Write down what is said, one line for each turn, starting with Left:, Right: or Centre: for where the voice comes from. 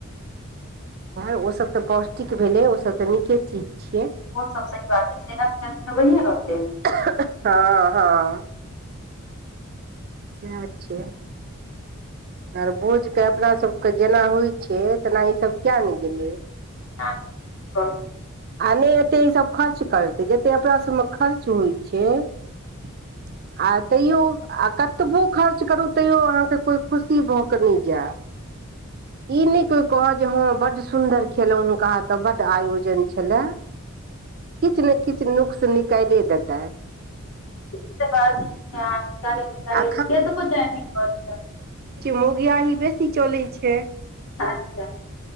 Right: ओ सब तऽ पौष्टिक भेलै ओ सब तऽ नीके चीज छियै
Left: ओ सब सही बात छै सेना त बनिए रहतै
Right: हँ हँ से छै आर भोजके अपनासभके जेना होइत छै तेना ईसभ कियाने गेलै
Left: जान सह कह छै
Right: आ नहि एते ई सब खर्च करतै जते अपना सबमे खर्च होइ छै आ तैयो आ कतबो खर्च करू तैयो अहाँके कोइ खुशी भऽक नहि जाय ई नहि कहत जे हँ बड सुंन्दर खेलौं हं अहां ओतऽ बड आयोजन छलए किछु ने किछु नुकस निकाइले देतय
Left: ई तऽ बात ई छै कनी ने कनी
Right: आ
Left: केतनो चाहे नीक कऽ लिय
Right: मौगीयाही बेसी चलै छै
Left: अच्छा